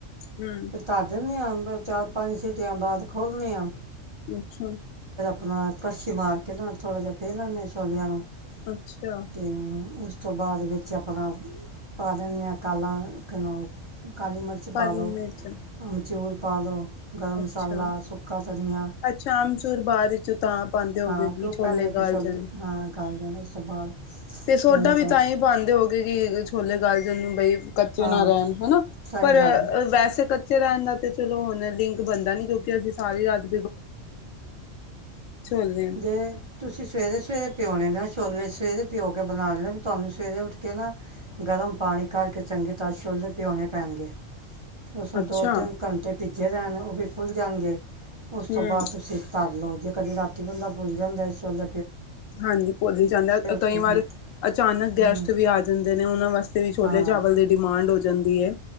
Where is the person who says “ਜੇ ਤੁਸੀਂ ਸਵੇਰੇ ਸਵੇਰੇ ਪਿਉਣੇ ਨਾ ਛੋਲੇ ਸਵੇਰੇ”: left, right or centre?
Right